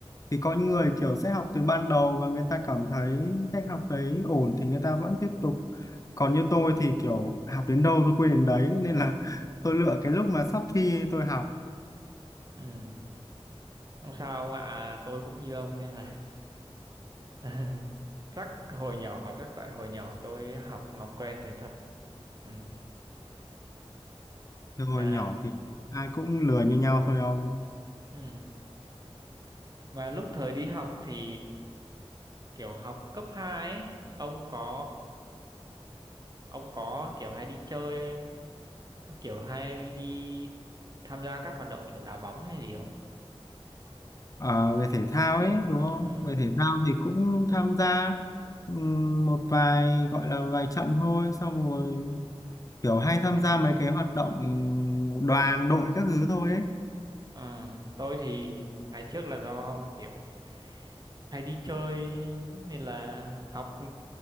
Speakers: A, on the left; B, on the right.
A: thì có những người kiểu sẽ học từ ban đầu và người ta cảm thấy cách học đấy ổn thì người ta vẫn tiếp tục còn như tôi thì kiểu học đến đâu tôi quên đến đấy nên là <laughs> tôi lựa cái lúc mà sắp thi tôi học
B: ừ không sao ông ạ à, tôi cũng như ông nên là <laughs> chắc hồi nhỏ chắc tại hồi nhỏ tôi học nó quen thế thật ừ
A: thì
B: mà
A: hồi nhỏ thì ai cũng lười như nhau thôi ông
B: ừ Mà lúc thời đi học thì kiểu học cấp 2 ấy, ông có ông có kiểu hay đi chơi không? Kiểu hay đi tham gia các hoạt động kiểu đá bóng hay gì không?
A: à, về thể thao ấy đúng không
B: Ừ.
A: về thể thao thì cũng tham gia ừm, một vài gọi là vài trận thôi xong rồi kiểu hay tham gia mấy cái hoạt động đoàn đội các thứ thôi ấy
B: Ờ, tôi thì ngày trước là do kiểu hay đi chơi nên là học